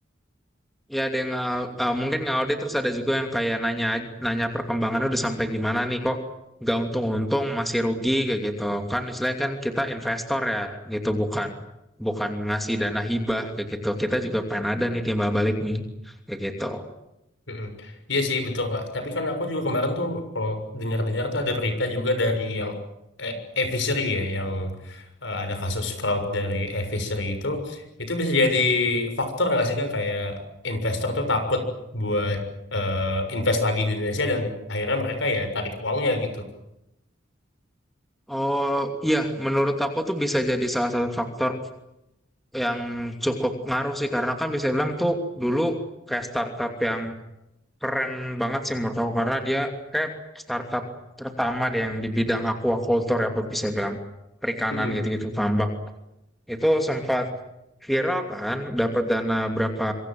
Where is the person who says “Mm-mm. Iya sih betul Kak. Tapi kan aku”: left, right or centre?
Left